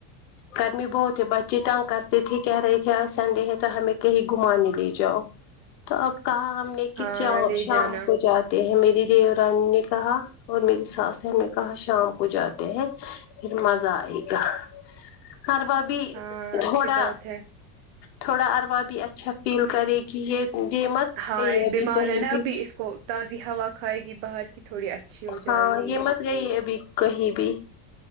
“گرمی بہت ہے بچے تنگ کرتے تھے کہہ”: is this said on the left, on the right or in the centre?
Left